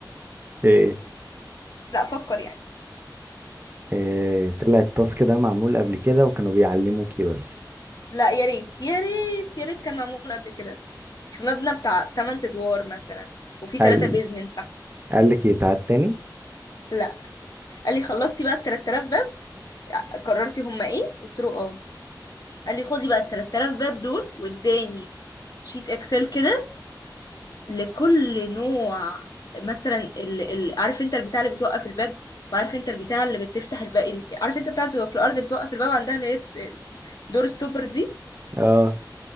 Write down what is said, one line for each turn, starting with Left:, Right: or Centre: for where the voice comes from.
Right: ايه
Left: لا فكر يعني
Right: إيه طلع التاسك ده معمول قبل كده وكانوا بيعلموكي بس
Left: لا يا ريت يا ريت يا ريت كان معمول قبل كده في مبنى بتاع 8 ادوار مثلا وفي
Right: قال
Left: 3 بيزمنت تحت
Right: قال لك يتعاد تاني
Left: لا قال لي خلصتي بقى ال 3000 باب قررتي هما ايه قلت له اه قال لي خدي بقى ال 3000 باب دول واداني شيت اكسل كده لكل نوع مثلا ال... ال... عارف انت البتاع اللي بتوقف الباب وعارف انت البتاع اللي بتفتح الباب عارف انت بتاع بتبقى في الارض بتوقف الباب عندها اللي هي ست- دور ستوبر دي
Right: اه